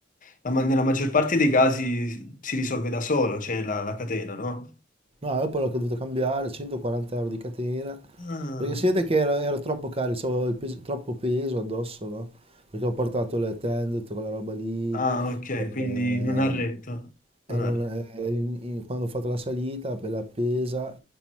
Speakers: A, on the left; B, on the right.
A: la ma- nella maggior parte dei casi si risolve da solo, cioè la, la catena, no?
B: No, io poi l'ho dovuto cambiare, 140 euro di catena,
A: Ah,
B: Perché si vede che era, era troppo carico, cioè, avevo il peso- troppo peso addosso, no? Perché ho portato le tende, tutta quella roba lì.
A: ah, ok,
B: eh,
A: quindi non ha retto, non
B: e non-
A: ha retto.
B: eh, in- in- quando ho fatto la salita per l'appesa,